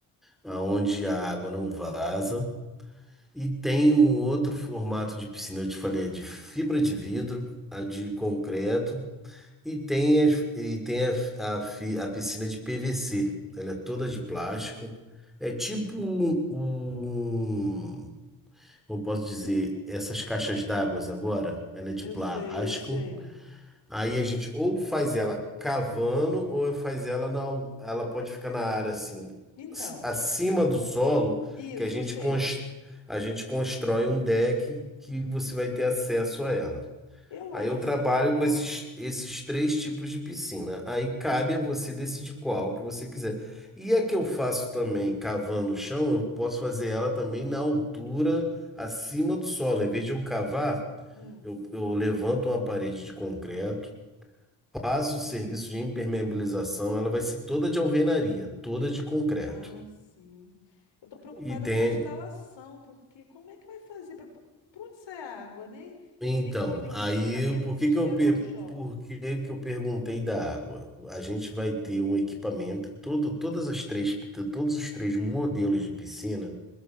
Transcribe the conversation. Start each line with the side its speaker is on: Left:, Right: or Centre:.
Centre: aonde a água não vaza, e tem um outro formato de piscina, eu te falei, a de fibra de vidro, a de concreto, e tem, as- e tem a, a, fi- a piscina de PVC, ela é toda de plástico. É tipo um, um como posso dizer, essas caixas d'água agora, ela é de
Left: Eu
Centre: plástico.
Left: sei, eu sei.
Centre: Aí a gente ou faz ela cavando ou faz ela na, al- ela pode ficar na área assim,
Left: Então,
Centre: s- acima do solo,
Left: isso,
Centre: que a gente
Left: eu sei.
Centre: cons- a gente constrói um deck que você vai ter acesso a ela.
Left: Eu
Centre: Aí
Left: acho
Centre: eu
Left: assim
Centre: trabalho
Left: melhor.
Centre: com esses, esses três tipos de piscina. Aí cabe a você decidir qual que você quiser. E a que eu faço também cavando o chão, eu posso fazer ela também na altura acima do solo. Em vez de eu cavar,
Left: Hum.
Centre: eu, eu levanto uma parede de concreto, passo o serviço de impermeabilização, ela vai ser toda de alvenaria, toda de concreto.
Left: Ah, sim. Eu tô preocupada
Centre: E tem,
Left: com a instalação, porque como é que vai fazer para para onde sai a água, né? Eu
Centre: Então,
Left: vou ter que ter o encanamento,
Centre: aí por
Left: vocês
Centre: que que
Left: quebram
Centre: eu, per-
Left: o chão.
Centre: por que que eu perguntei da água? A gente vai ter um equipamento, todo, todas as três, todos os três modelos de piscina,